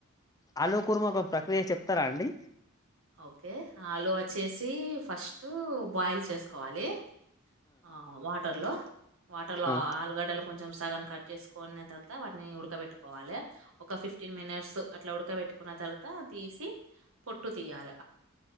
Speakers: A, on the left; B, on the right.
A: ఆలుకుర్మ మాకు ప్రక్రియ చెప్తారా అండి
B: ఓకే ఆలు వచ్చేసి ఫస్ట్ బాయిల్ చేసుకోవాలి ఆ వాటర్ లో వాటర్ లో
A: ఆ
B: ఆలుగడ్డలు కొంచెం సగ కట్ చేసుకున్న తర్వాత వాటిని ఉడకబెట్టుకోవాలి ఒక ఫిఫ్టీన్ మినిట్స్ అట్లా ఉడకబెట్టుకున్న తర్వాత తీసి పొ ట్టు తియాల